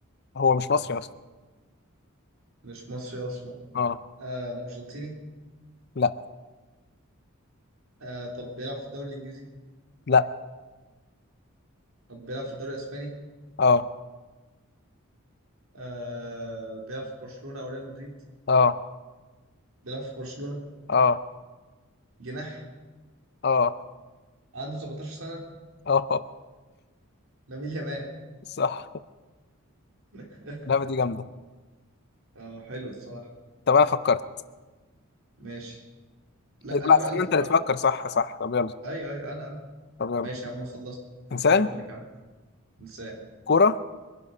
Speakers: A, on the left; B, on the right.
A: هو مش مصري أصلا
B: مش مصري اصلا
A: أه
B: آه ارجنتيني
A: لا
B: آه طب بيلعب في الدوري الانجليزي
A: لا
B: طب بيلعب في الدوري الاسباني
A: أه
B: آه بيلعب في برشلونه او ريال مدريد
A: أه
B: بيلعب في برشلونه
A: أه
B: جناح
A: أه
B: عنده 17 سنه
A: أه
B: لامين يامال
A: صح
B: <laughs>
A: اللعبة دي جامدة
B: اه حلو الصراحه
A: طب أنا فكرت
B: ماشي لا
A: إيه ده؟
B: انا
A: لا استنى
B: بقى اللي فكرت
A: أنت اللي تفكر صح صح طب يلا
B: ايوه ايوه انا انا
A: طب يلا
B: ماشي يا عم انا خلصت فكرت
A: إنسان
B: انا كمان انسان
A: كورة